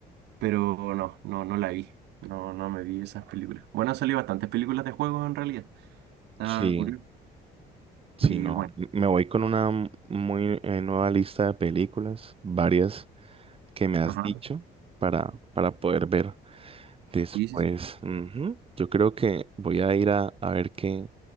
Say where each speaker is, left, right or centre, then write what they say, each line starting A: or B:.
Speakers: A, on the right; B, on the right.
A: pero no, no, no la vi. No, no me vi esas películas. Bueno, han salido bastantes películas de juego en realidad. Está
B: Sí,
A: curioso.
B: sí,
A: Y
B: no.
A: bueno,
B: Me voy con una muy eh, nueva lista de películas, varias que me has
A: ajá,
B: dicho para, para poder ver después.
A: sí, sí, sí.
B: Ujú. Yo creo que voy a ir a, a ver qué,